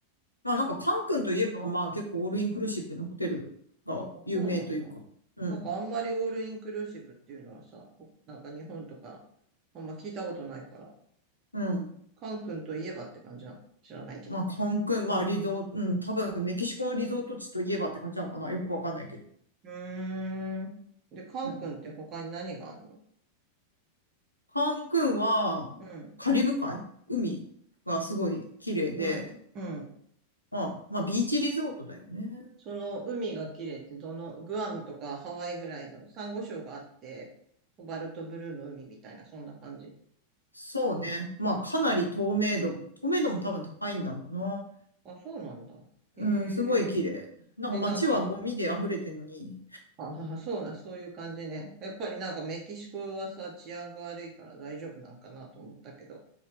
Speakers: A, on the left (about 85°); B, on the right (about 35°).
A: まあなんか、カン君といえば、まあ結構オールインクルーシブのホテルが有名というか。
B: そうなんだ。
A: うん。
B: なんかあんまりオールインクルーシブっていうのはさ、なんか日本とかあんま聞いたことないから、
A: うん。
B: カン君といえばって感じなの。知らないけど。
A: まあカン君、まあリゾート、うん、多分メキシコのリゾート地といえばって感じなのかな。よくわかんないけど。
B: うーん。で、カン君って他に何があるの
A: うん。カン君は、
B: うん、
A: カリブ海海がすごい綺麗で、
B: うん、うん。
A: まあ、まあビーチリゾートだよね。
B: その海が綺麗ってどの、グアムとかハワイぐらいのサンゴ礁があって、コバルトブルーの海みたいな、そんな感じ。
A: そうね。まあかなり透明度、透明度も多分高いんだろうな。
B: あ、そうなんだ。
A: うん、
B: へ
A: すごい綺麗。
B: え。
A: なんか街はゴミで溢れてるのに、
B: で、なんか、ああ、<laughs> そうだ、そういう感じね。やっぱりなんかメキシコはさ、治安が悪いから大丈夫なんかなと思ったけど。